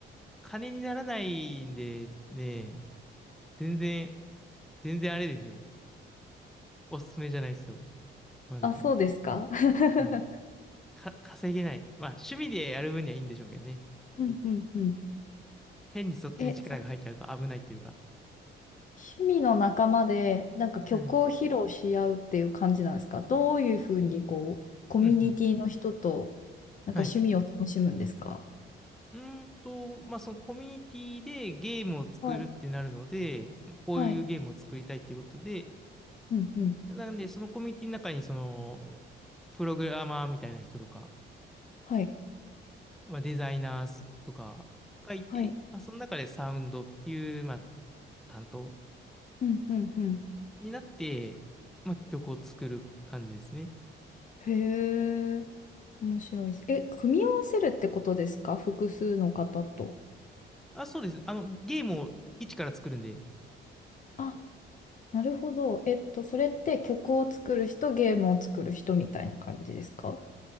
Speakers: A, in the centre; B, on the left.
A: 金にならないんでね、全然、全然あれですよ。おすすめじゃないですよ。マジで。
B: あ、そうですか
A: はい。
B: <laughs>
A: か、稼げない。まあ、趣味でやる分にはいいんでしょうけどね。
B: うんうんうん。
A: 変にそっちに力が入っちゃうと危ないというか。
B: え、そ趣味の仲間でなんか曲を披露し合うっていう感じなんですかどういうふうにこうコミュニティの人となんか趣味を楽しむんですか
A: うん。うんうん。はい。うーんと、まあ、そのコミュニティでゲームを作るってなるので、
B: はい。
A: こういうゲームを作りたいっていうことで、
B: はい。うんうん。
A: なんで、そのコミュニティの中に、その、プログラマーみたいな人とか、
B: はい。
A: まあ、デザイナーとかがいて、
B: はい。
A: まあ、その中でサウンドっていう、まあ、担当
B: うんうんうん。
A: になって、まあ、曲を作る感じですね。
B: へえ、面白いです。え、組み合わせるってことですか複数の方と。
A: あ、そうです。あの、ゲームを一から作るんで、
B: あ、なるほど。えっと、それって曲を作る人、ゲームを作る人みたいな感じですか